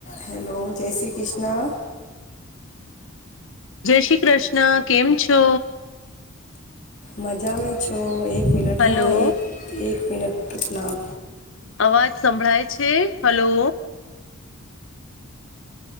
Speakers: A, on the left; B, on the left.
A: Hello જય શ્રી કૃષ્ણ.
B: જય શ્રી કૃષ્ણ, કેમ છો?
A: મજા મે છો, એક
B: હલો
A: હા એક મિનટ એક એક મિનટ પટના
B: અવાજ સંભળાય છે, હલો?